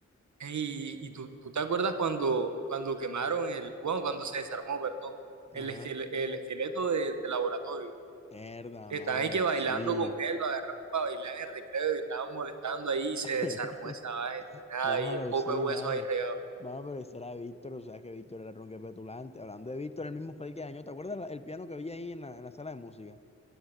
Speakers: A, on the right; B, on the left.
A: Y, y tú, tú te acuerdas cuando, cuando quemaron el, bueno, cuando se desarmó, perdón,
B: Ajá.
A: el, esquele- el esqueleto de, de laboratorio,
B: Herda,
A: que
B: mano,
A: estaban ahí que bailando
B: sí.
A: con él, lo agarraron para bailar en el recreo y estaban molestando ahí y se
B: <laughs>
A: desarmó esa vaina y nada,
B: Bájalo,
A: y el poco
B: sí,
A: de huesos
B: mano.
A: ahí regado.
B: Mano, pero ese era Víctor, o sea que Víctor era tronque petulante. Hablando de Víctor, el mismo fue el que dañó. ¿Te acuerdas la- el piano que había ahí en la, en la sala de música?